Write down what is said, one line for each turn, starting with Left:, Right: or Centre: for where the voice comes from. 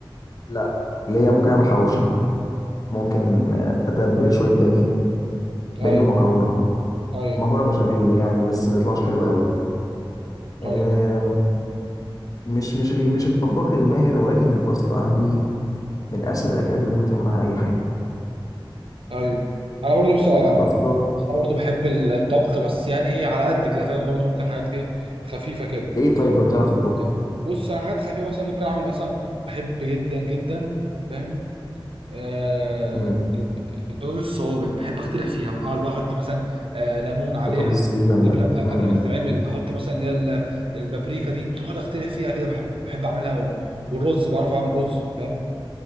Left: لا اللي هي ممكن اعمل حواوشي ممكن آه، اتبل شويه بانيه
Right: ايوه
Left: بانيه ومكرونه
Right: ايوه
Left: مكرونه بشاميل يعني بس ما بيطلعش حلو قوي
Right: ايوه
Left: مش مش ال- مش الطباخ الماهر ولكن الباستا عندي من اسهل الاكلات اللي ممكن تعمل معاها اي حاجه
Right: ايوه انا برضو بس انا
Left: الباستا
Right: برضو بحب الطبخ بس يعني ايه على قد كده فاهم برضو ممكن حاجات كده خفيفه كده
Left: ايه طيب بتعرف تطبخ
Right: يعني بص انا حاجات خفيفه مثلا ممكن اعمل مثلا بحب جدا جدا فاهم آه
Left: امم
Right: ال- البطاطس الصوابع بحب اخترع فيها بقى اقعد بقى احط مثلا آه ليمون عليها
Left: بطاطس دي جامده
Right: قبل قبل
Left: امم إمم.
Right: ما تتعمل احط مثلا اللي هي ال- البابريكا دي اقعد اخترع فيها كده بحب, بحب اعملها قوي والرز بعرف اعمل رز فاهم